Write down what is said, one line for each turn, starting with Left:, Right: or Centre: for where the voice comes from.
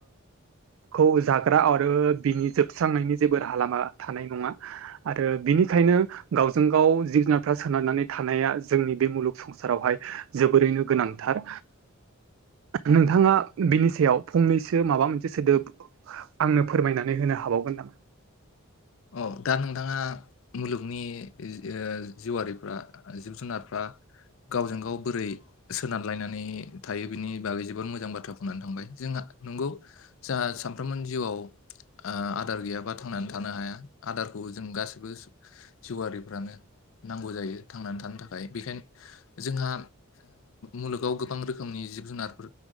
Right: खौ ज हाग्रा आरो बिनि जोबस्रांनायनि जेबो राहा लामा थानाय नङा। आरो बिनिखायनो गावजों गाव जिब जुनारफ्रा सोनारनानै थानाया जोंनि बे मुलुग संसार। सारावहाय जोबोरैनो गोनांथार नोंथाङा बिनि सायाव फंनैसो माबा मोनसे सोदोब। आंनो फोरमायनानै होनो हाबावगोन नामा?
Left: औ दा नोंथाङा। मुलुगनि ओ जिउआरिफ्रा जिउ जुनारफ्रा गावजों गाव बोरै सोनारलायनानै थायो बिनि बागै जोबोद मोजां बाथ्रा बुंनानै थांबाय जोंहा नंगौ। जाहा सानफ्रोमबो जिउआव ओ आदार गैयाबा थांनानै था थानो हाया आदारखौ जों गासिबो। जिउआिफ्रानो नांगौ जायो थांनानै थानो थाखाय बेखाय जोंहा। मुलुगाव गोबां रोखोमनि जिब जुनारफोर